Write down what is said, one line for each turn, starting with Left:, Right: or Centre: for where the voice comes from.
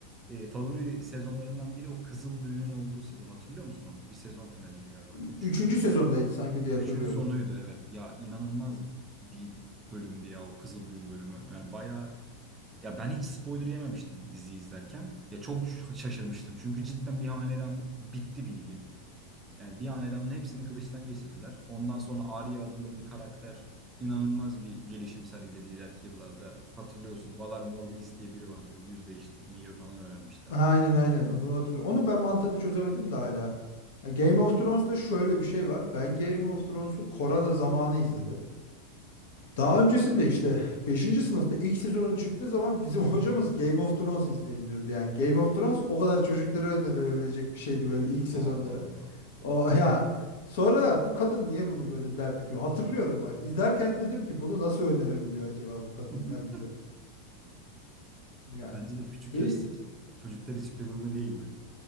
Right: e, favori sezonlarımdan biri o Kızıl Düğün'ün olduğu sezon. Hatırlıyor musun onu? Bir sezon finaliydi galiba.
Left: Ü-
Right: Üçün
Left: Üçüncü
Right: dokuzu
Left: sezondaydı sanki diye
Right: üçün
Left: hatırlıyorum.
Right: sonuydu evet. Ya inanılmaz bir bölümdü ya o Kızıl Düğün bölümü. Yani bayağı Ya ben hiç spoiler yememiştim diziyi izlerken. Ya çok ş- şaşırmıştım. Çünkü cidden bir hanedanlık bitti bildiğin. Yani bir hanedanın hepsini kılıçtan geçirdiler. Ondan sonra Arya adında bir karakter inanılmaz bir gelişim sergiledi ileriki yıllarda. Hatırlıyorsun Valar Morghulis diye biri vardı. Yüz değiştirmeyi falan öğrenmişti Arya.
Left: Ha, Aynen aynen onu hatırlıyorum. Onun ben mantığını çözemedim de hala. Ha, Game of Thrones'da şöyle bir şey var. Ben Game of Thrones'u korona zamanı izledim. Daha öncesinde işte beşinci sınıfta ilk sezonun çıktığı zaman bizim <laughs> hocamız Game of Thrones izleyin diyordu. Yani Game of Thrones o kadar çocuklara önerilebilecek bir şeydi böyle ilk sezonları.
Right: Allah Allah.
Left: O <laughs> ya sonra da bu kadın niye bunu böyle derdi ki? Hatırlıyorum bak izlerken dedim ki bunu nasıl önerebiliyor acaba bu kadın
Right: <laughs>
Left: ya bize? Ya
Right: Ya bence de küçük
Left: bir
Right: yaştaki çocuklar için pek uygun değil gibi.